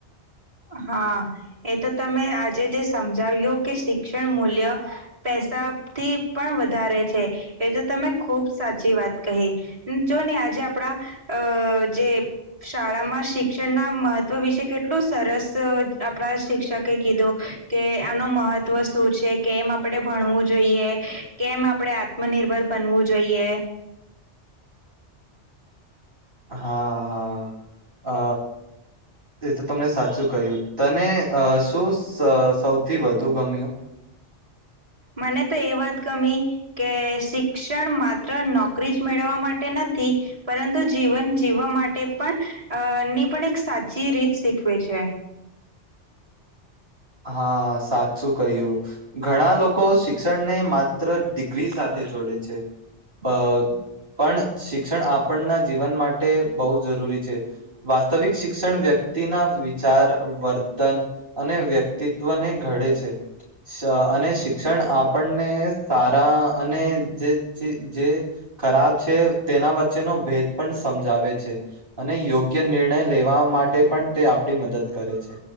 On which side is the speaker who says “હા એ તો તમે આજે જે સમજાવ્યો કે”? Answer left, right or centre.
Right